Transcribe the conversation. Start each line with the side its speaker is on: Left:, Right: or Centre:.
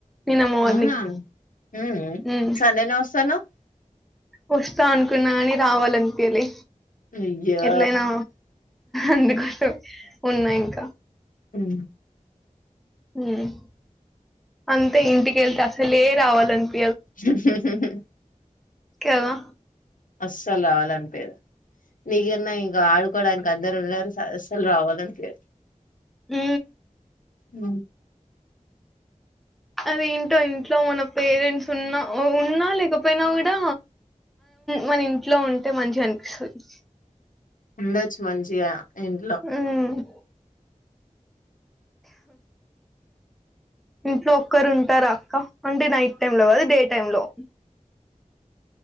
Centre: నిన్న మార్నింగ్
Left: అవునా హ్మ్మ్
Centre: ఉమ్.
Left: సండేనే వస్తా అన్నావు.
Centre: వస్తా అనుకున్నా కాని రావాలనిపియలే
Left: అయ్యో
Centre: ఎట్లయినా అందుకోసము ఉన్నా ఇంకా
Left: హ్
Centre: హ్ అంతే ఇంటికి వెళ్తే అసలే రావాలనిపీ
Left: హ్ హ్ హ్
Centre: కేదో
Left: అస్సల్ ఆలన్ మీగన్నై గా ఆడుకోవడానికి అందరు ఉన్నారు స స్ వాల్ రావాలని కే
Centre: ఊ
Left: ఊ
Centre: అది ఏంటో ఇంట్లో మన పేరెంట్స్ ఉన్నా ఉన్నా లేకపోయినా కూడా మన ఇంట్లో ఉంటే మంచిగా అనిపిస్తది
Left: ఉండొచ్చు మంచిగా ఇంట్లో
Centre: హ్మ్ ఇంట్లో ఒక్కరు ఉంటారా అక్క అంటే నైట్ టైమ్ లో కాదు డే టైమ్ లో